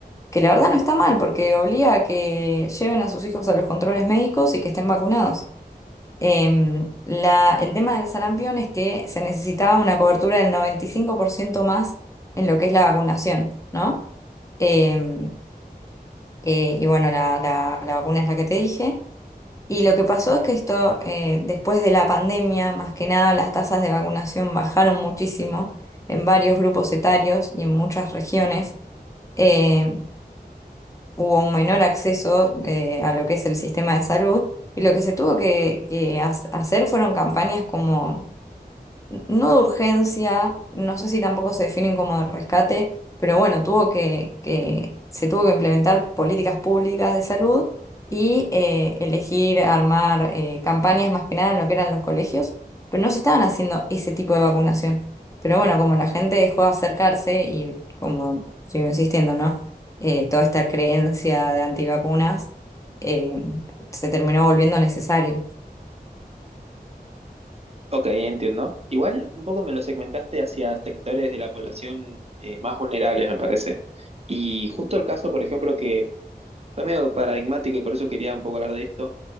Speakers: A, on the left (about 20°); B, on the right (about 40°).
A: que la verdad no está mal porque obliga a que lleven a sus hijos a los controles médicos y que estén vacunados. Em, la- el tema del sarampión es que se necesitaba una cobertura del 95% más en lo que es la vacunación, ¿no? Eh, eh, y bueno, la, la- la vacuna es la que te dije. Y lo que pasó es que esto, eh, después de la pandemia, más que nada, las tasas de vacunación bajaron muchísimo en varios grupos etarios y en muchas regiones. Eh, hubo un menor acceso eh, a lo que es el sistema de salud. Y lo que se tuvo que, que ha- hacer fueron campañas como no de urgencia, no sé si tampoco se definen como de rescate, pero bueno, tuvo que, que se tuvo que implementar políticas públicas de salud y eh, elegir armar eh, campañas más que nada en lo que eran los colegios, pero no se estaban haciendo ese tipo de vacunación. Pero bueno, como la gente dejó de acercarse y como sigo insistiendo, ¿no? Eh, toda esta creencia de antivacunas eh, se terminó volviendo necesario.
B: Ok, entiendo. Igual un poco me lo segmentaste hacia sectores de la población eh, más vulnerables, me parece. Y justo el caso, por ejemplo, que fue medio paradigmático y por eso quería un poco hablar de esto,